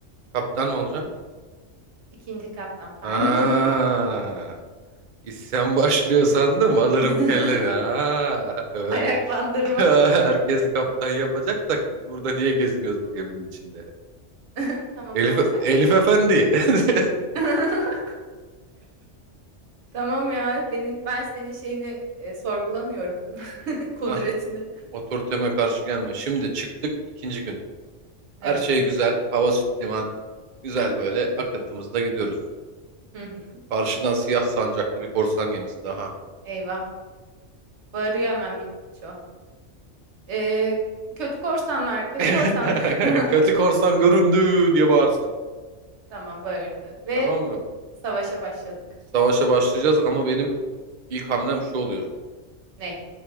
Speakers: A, on the right; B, on the right.
A: Kaptan mı olacaksın?
B: İkinci kaptan pardon.
A: Ha. İsyan başlıyor sandım alırım
B: <laughs>
A: kelleni. Ha, öyle.
B: Ayaklandırma.
A: <laughs> Herkesi kaptan yapacaksak biz burada niye geziniyoruz bu geminin içinde?
B: <laughs> Tamam
A: Elif,
B: tamam sen
A: Elif
B: kaptansın.
A: Efendi. <laughs>
B: <laughs> Tamam ya benim ben senin şeyini e, sorgulamıyorum. <laughs> Kudretini.
A: Ah, otoriteme karşı gelme. Şimdi çıktık ikinci gün.
B: Evet.
A: Her şey güzel. Hava süt liman. Güzel böyle akıntımızla gidiyoruz.
B: Hı hı.
A: Karşıdan siyah sancaklı bir korsan gemisi daha.
B: Eyvah. Bağırıyor hemen Miço. Ee, kötü korsanlar, kötü
A: <laughs>
B: korsanlar. <laughs>
A: Kötü korsan göründü diye bağırsın.
B: Tamam bağırdı. Ve
A: Tamam mı?
B: savaşa başladık.
A: Savaşa başlayacağız ama benim ilk hamlem şu oluyor.
B: Ney?